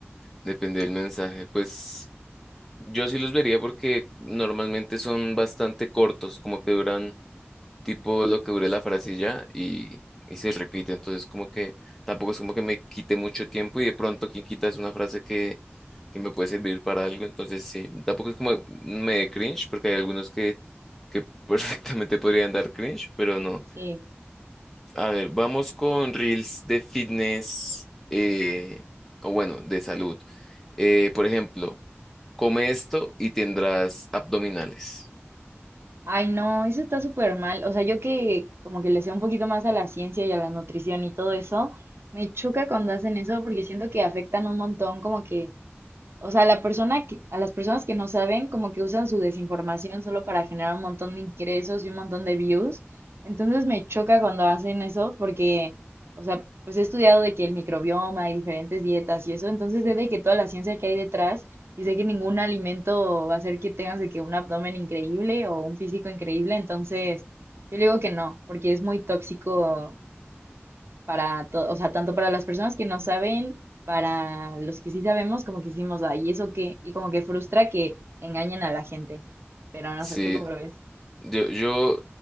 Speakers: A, in the centre; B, on the right.
A: depende del mensaje, pues. Yo sí los vería porque normalmente son bastante cortos, como que duran tipo lo que dure la frase y ya y, y se repite, entonces como que tampoco es como que me quite mucho tiempo y de pronto quien quita es una frase que, que me puede servir para algo, entonces sí, tampoco es como me dé cringe porque hay algunos que, que <laughs> perfectamente podrían dar cringe, pero no.
B: Sí.
A: A ver, vamos con reels de fitness eh, o bueno, de salud. Eh, por ejemplo. Come esto y tendrás abdominales.
B: Ay, no, eso está súper mal. O sea, yo que como que le sé un poquito más a la ciencia y a la nutrición y todo eso, me choca cuando hacen eso porque siento que afectan un montón como que O sea, la persona que, a las personas que no saben, como que usan su desinformación solo para generar un montón de ingresos y un montón de views. Entonces me choca cuando hacen eso porque, o sea, pues he estudiado de que el microbioma y diferentes dietas y eso, entonces sé de que toda la ciencia que hay detrás y sé que ningún alimento va a hacer que tengas de que un abdomen increíble o un físico increíble. Entonces, yo digo que no, porque es muy tóxico para todo, o sea, tanto para las personas que no saben, para los que sí sabemos, como que hicimos, ay, ¿eso qué? Y como que frustra que engañen a la gente. Pero no
A: Sí,
B: sé, ¿tú cómo lo ves?
A: yo, yo